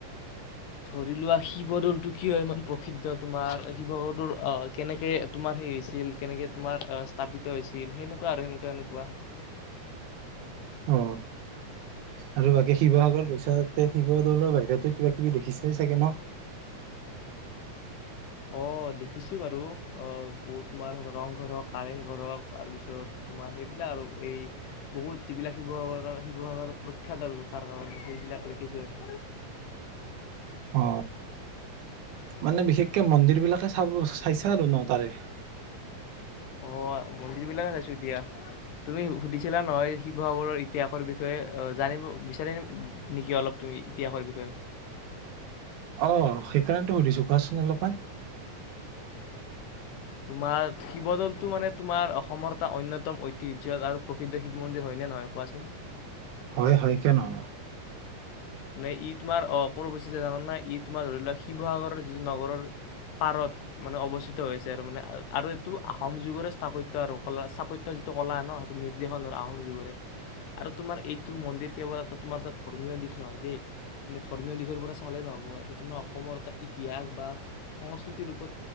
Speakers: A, on the left (about 80°); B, on the right (about 75°).
A: ধৰি লোৱা শিৱদৌলটো কি হয় ইমান প্ৰসিদ্ধ তোমাৰ শিৱদৰটো আহ কেনেকে তোমাৰ হেৰি হৈছিল কেনেকে তোমাৰ স্থাপিত হৈছিল সেনেকুৱা আৰু সেনেকুৱা এনেকুৱা
B: অ আৰু বাকী শিৱসাগৰ গৈইচাতে শিৱদৌলৰ বাহিৰত ত কিবা কিবি দেখিছাই চাগে ন
A: অ দেখিছো বাৰু অ বহু তোমাৰ ৰংঘৰ হওক কাৰেংঘৰ হক তাৰ পিছত তোমাৰ সেইবিলাক আৰু এই বহুত যিবিলাক শিৱসাগৰ কাৰ শিৱসাগৰ প্ৰখ্যাত ত আৰু তাৰ কাৰণে সেইবিলাক দেখিছো আৰু
B: অ মানে বিশেষকে মন্দিৰ বিলাকে চাব চাইছে আৰু ন তাৰে
A: অ মন্দিৰ বিলোক এ সাইছো এতিয়া তুমি সুধিছিলা নহয় শিৱসাগৰৰ ইতিহাসৰ বিষয়ে জানিব বিচাৰি নেকি অলপ তুমি ইতিহাসৰ বিষয়ে
B: অ সেইকাৰণেতো সুধিছো কোৱাচোন অলপমান
A: তোমাৰ শিৱদৌলটো মানে তোমাৰ অসমৰ এটা অন্যতম ঐতিহ্য আৰু প্ৰসিদ্ধ শিৱ মন্দিৰ হয়নে নহয় কোৱাচোন
B: হয় হয় কিয় নহব
A: মানে ই তোমাৰ অ কি যে জান নাই ই তোমাৰ ধৰি লোৱা শিৱসাগৰৰ যিটো নগৰৰ পাৰত মানে অৱস্থিত হৈছে আৰু মানে আৰু এইটো আহোম যুগৰে স্থাপত্য আৰু কলা স্থাপত্য যিটো কলা ন সেইটো নিৰ্দেশন আহোম যুগৰে আৰু তোমাৰ এইটো মন্দিৰ কেৱল এটা তোমাৰ এটা ধৰ্মীয় দিশ নহয় দেই মে ধৰ্মীয় দিশৰ পৰা চালে নহ'ব আৰু তাৰমানাৰ অসমৰ এটা ইতিহাস বা সংস্কৃতি ৰূপত